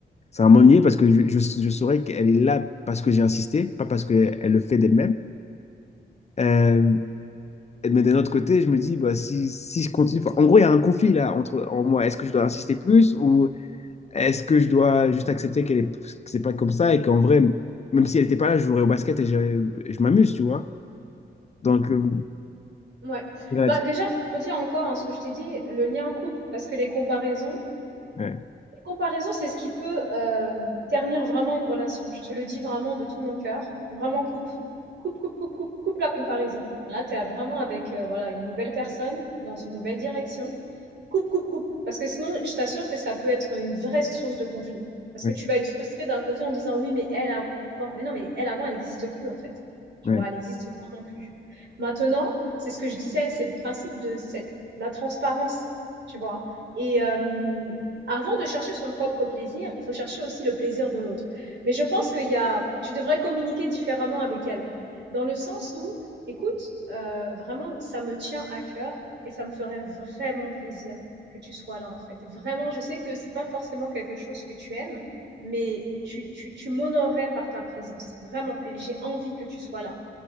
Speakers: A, on the left; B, on the right.
A: ça va m'ennuyer parce que je, je, je saurais qu'elle est là parce que j'ai insisté, pas parce qu'elle le fait d'elle-même. Euh, mais d'un autre côté, je me dis, bah, si, si je continue. enfin, En gros, il y a un conflit là entre en moi. Est-ce que je dois insister plus ou est-ce que je dois juste accepter qu'elle est, que c'est pas comme ça et qu'en vrai, même si elle n'était pas là, je jouerais au basket et je, je m'amuse, tu vois. Donc, euh,
B: Ouais.
A: c'est là-dessus.
B: Bah déjà, je redis encore hein, ce que je t'ai dit, le lien couple, parce que les comparaisons,
A: ouais,
B: les comparaisons, c'est ce qui peut euh, ternir vraiment une relation. Je te le dis vraiment de tout mon cœur, vraiment coupe, coupe, coupe, coupe, coupe, coupe la comparaison. Là, tu es vraiment avec euh, voilà une nouvelle personne dans une nouvelle direction coupe, coupe, coupe. Parce que sinon, je t'assure que ça peut être une vraie source de conflit. Parce que
A: ouais,
B: tu vas être frustré d'un côté en disant oui, mais elle avant, mais non, mais elle avant, elle n'existe plus en fait. Tu
A: ouais.
B: vois, elle n'existe vraiment plus. Maintenant, c'est ce que je disais, c'est le principe de cette, la transparence, tu vois. Et euh, avant de chercher son propre plaisir, il faut chercher aussi le plaisir de l'autre. Mais je pense qu'il y a, tu devrais communiquer différemment avec elle, dans le sens où, écoute, euh, vraiment, ça me tient à cœur et ça me ferait vraiment plaisir que tu sois là, en fait. Vraiment, je sais que c'est pas forcément quelque chose que tu aimes, mais tu, tu, tu m'honorerais par ta présence, vraiment. Et j'ai envie que tu sois là.